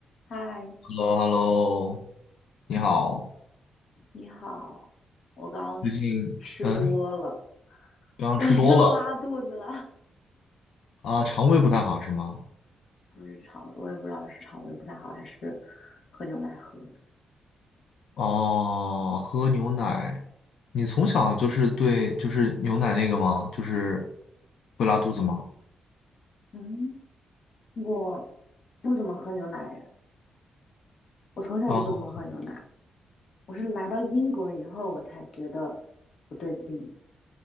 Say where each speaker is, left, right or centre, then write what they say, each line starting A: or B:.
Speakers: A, on the left; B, on the left.
A: 嗨，
B: h e l l o h e l l o 你好，
A: 你好，我刚刚
B: 最近嗯，
A: 吃多了，<laughs>
B: 刚刚吃多了
A: 我又拉肚子了。
B: 啊，肠胃不太好是吗？
A: 不是肠胃，我也不知道是肠胃不太好，还是喝牛奶喝的。
B: 哦，喝牛奶，你从小就是对就是牛奶那个吗？就是会拉肚子吗？
A: 嗯，我不怎么喝牛奶耶，我从小就不怎么喝牛奶。
B: 哦，
A: 我是来到英国以后，我才觉得不对劲。